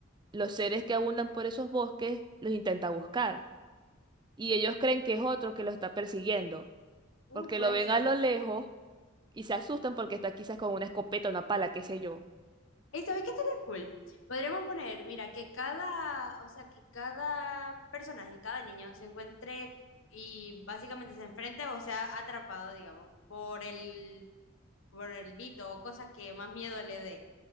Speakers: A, on the right; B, on the left.
A: los seres que abundan por esos bosques, los intenta buscar. Y ellos creen que es otro que los está persiguiendo,
B: Uh,
A: porque
B: puede
A: lo ven
B: ser.
A: a lo lejos y se asustan porque está quizás con una escopeta, una pala, qué sé yo.
B: ¿Y sabes qué estaría cool? Podríamos poner, mira, que cada, o sea, que cada personaje, cada niño se encuentre y básicamente se enfrente o sea atrapado, digamos, por el, por el mito o cosa que más miedo le dé.